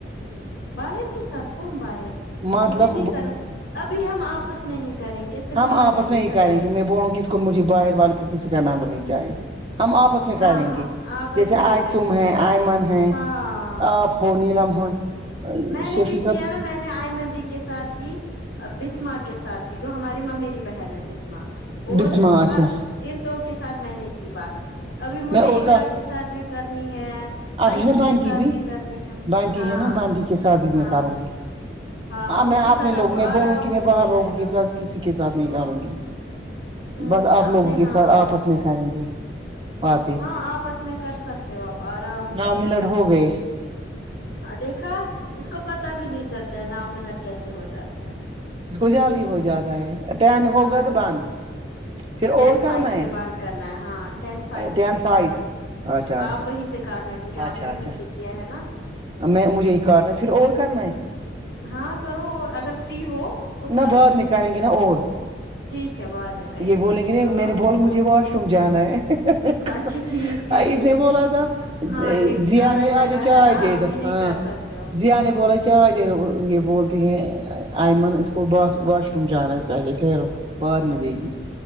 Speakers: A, on the left (about 80°); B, on the right (about 30°).
A: باہر کے ساتھ کون باہر
B: مطلب
A: مجھے نہیں کرو ابھی ہم آپس میں ہی کریں گے پھر
B: ہم
A: بعد
B: آپس
A: دیکھا
B: میں یہ کہ رہیں
A: جائے
B: گے کہ
A: گا
B: میں بولوں گ کہ اس کو مجھے باہر والال کے کسی کا نامرنی چاہے ہم آپس ن
A: ہاں
B: کریں
A: ہم
B: گے
A: آپس
B: جیسے
A: میں ہی
B: آئی
A: کریں
B: سوم ہے
A: گے
B: آئ من ہے
A: ہاں
B: آپ ہو نیلم ہو
A: میں نے
B: شفیقہ
A: بھی کیا نا میں نے آئی مندی کے ساتھ کی بسما کے ساتھ کی جو ہماری ماں میری بہن ہے بسما اور
B: بسما آشا
A: بس ان دو کے ساتھ میں نے کی بس ابھی
B: میں
A: مجھے
B: اور
A: اکر
B: کا
A: کے ساتھ بھی کرنی ہے
B: اب
A: آئیسوم
B: ہے نا بانٹی
A: کے ساتھ بھی کرنی ہے
B: بانٹی
A: ہاں
B: ہے نا بانٹی کے ساتھ بھی میں
A: ہاں
B: کراروں گی
A: ہاں اس
B: میں
A: کے
B: اپنے
A: ساتھ آپ
B: لوگوں
A: کو
B: میں
A: آرام
B: بولوں گی میں
A: سے
B: باہر
A: ہو
B: لوگوں
A: جائے گا
B: کے ساتھ کسی کے ساتھ نہیں کرالوں گی
A: ہ
B: بس آپ
A: اپنے
B: لوگوں کے
A: ہاں
B: ساتھ آپس میں کریں گے بات
A: ہاں آپ اس میں کر سکتے ہو آپ آرام
B: نو
A: سے
B: منٹ ہو گئے
A: ہاں دیکھا اس کو پتا بھی نہیں چلتا ہے نو منٹ کیسے ہو جاتے ہیں
B: ج کو جلد ہی ہو جاتا ہے اٹین ہوگا
A: ہاں
B: تو
A: اس
B: بند
A: کو
B: پھر
A: ٹین
B: اور کرنا
A: فائیو
B: ہے
A: پہ بند کرنا ہے ہاں ٹین فائیو
B: ٹین
A: پہ
B: فائیو اچھا
A: آپ
B: اچھا
A: وہیں سے کاٹنا کیونکہ آپ
B: اچھا
A: نے
B: اچھا
A: وہی سے کیا ہے نا
B: میں مجھے ہی کاٹنا ہے پھر اور کرنا ہے
A: ہاں کرو اور اگر فری ہو تو
B: نہ
A: کرو
B: بعد میں کریں گے نا اور
A: ٹھیک ہے بعد میں کریں
B: یہ بولیں
A: پھر
B: گے
A: کرو آپ
B: میں نے بولا
A: فی الحال
B: مجھے واش روم جانا ہے <unintelligible>
A: اچھا ٹھیک ٹھیک
B: اس نے بولا تھا
A: ہاں یہ
B: جیا
A: غلط
B: نے
A: جگہ
B: آج چائے
A: ہے نا
B: دے
A: ابھی
B: دو
A: نہیں
B: ہاں
A: کر سکتے ہو
B: دانے بول جاہائے یہ بولتے ہیں آئمن وھ واش روم جانا ہے پہےٹیرو باہر نہیں دے گی